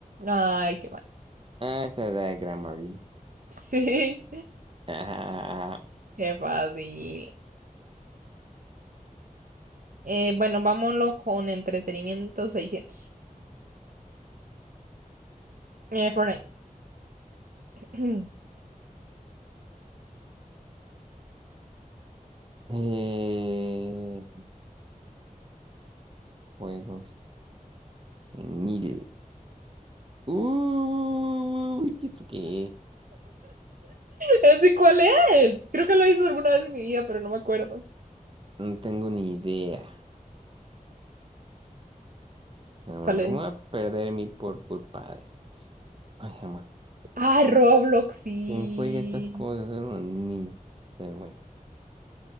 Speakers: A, on the right; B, on the right.
A: Ay, qué mal.
B: Ah, esta es la de Grammarly.
A: Sí,
B: <laughs> Ajá.
A: <laughs> qué fácil. Eh, bueno, vámonos con entretenimiento seiscientos. Eh, Fortnite. <clears throat>
B: Eh, juegos. En mil. Uy, ¿y ¿esto qué es?
A: ¿Ese cuál es? Creo que lo he visto alguna vez en mi vida, pero no me acuerdo.
B: No tengo ni idea. Jamás
A: ¿Cuál
B: me
A: es?
B: voy a perder mil por culpa de esto. Ay, jamás.
A: Ah, Roblox, sí.
B: ¿Quién juega estas cosas? Son los niños. Pero bueno,